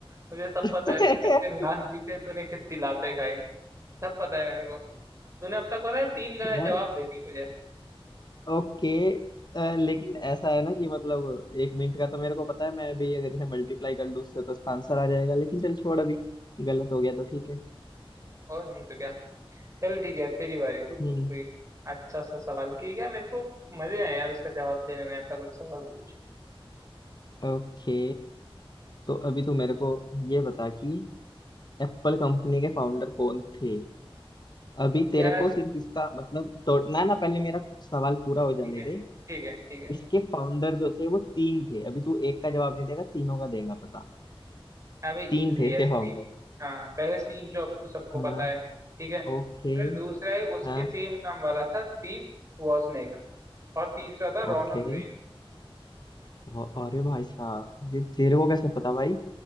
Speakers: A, on the right; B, on the left.
A: मुझे सब
B: <laughs>
A: पता है तू कितने लाख जीते तूने कितनी लातें खाई सब पता है मेरे को तूने अब तक पता है तीन गलत
B: यार
A: जवाब दे दिए मुझे
B: ओके लेकिन ऐसा है ना कि मतलब एक मिनट का तो मेरे को पता है मैं भी अगर इसे मल्टीप्लाई कर लूँ उससे तो इसका आंसर आ जाएगा लेकिन चल छोड़ अभी गलत हो गया तो ठीक है
A: और नहीं तो क्या चल ठीक है तेरी बारी तू
B: हम्म
A: पूछ कोई अच्छा सा सवाल की क्या मेरे को मजे आए यार उसका जवाब देने में ऐसा कुछ सवाल पूछ
B: ओके तो अभी तू मेरे को ये बता कि एप्पल कंपनी के फाउंडर कौन थे अभी तेरे
A: यार
B: को सिर्फ इसका मतलब तो ना ना पहले मेरा सवाल पूरा हो जाने
A: ठीक है
B: दे
A: ठीक है ठीक है
B: इसके फाउंडर जो थे वो तीन थे अभी तू एक का जवाब नहीं देगा तीनों का देगा पता
A: अबे इजी
B: तीन थे इसके
A: है स्टीव
B: फाउंडर
A: हाँ पहले स्टीव जॉब्स तो सबको
B: हाँ
A: पता है ठीक है
B: ओके
A: फिर दूसरा है उसके
B: हाँ
A: सेम नाम वाला था स्टीव वॉजनेक और तीसरा था
B: ओके
A: रोनल वेन
B: व- अरे भाई साहब ये तेरे को कैसे पता भाई